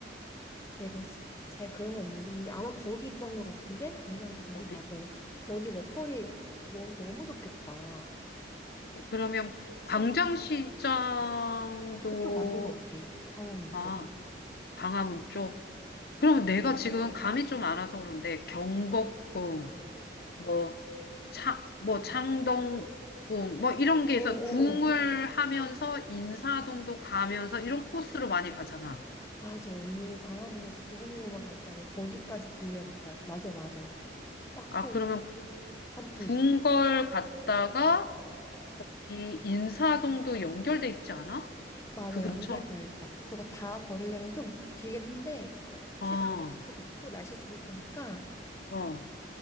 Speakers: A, on the left; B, on the left.
A: 내가 시- 잘 그런 건 모르는데 아마 거기 있던 것 같은데? 광장시장이
B: 어디?
A: 맞아. 거기 먹거리 뭐, 너무 좋겠다.
B: 그러면
A: 시장이
B: 광장시장도
A: 그쪽 맞는 것 같아. 광화문
B: 아,
A: 쪽.
B: 강화문 쪽.
A: 어,
B: 그러면 내가 지금 감이 좀 안 와서 그런데 경복궁 뭐 창, 뭐 창동궁 뭐 이런 게
A: 어,
B: 있어.
A: 어,
B: 궁을
A: 어.
B: 하면서
A: 어.
B: 인사동도 가면서 이런 코스로 많이 가잖아.
A: 맞아, 언니. 광화문에서 교보문고만 갈 게 아니라 거기까지 들려야겠다. 맞아, 맞아. 딱
B: 아,
A: 좀
B: 그러면
A: 다 붙어
B: 궁궐
A: 있어.
B: 갔다가 이 인사동도 연결돼 있지 않아?
A: 맞아,
B: 그 근처?
A: 연결되어 있어. 그거 다 걸으려면 좀 길긴 한데,
B: 어,
A: 시간
B: 어,
A: 어떻게 잡고 날씨 좋을 때니까,
B: 어,
A: 아,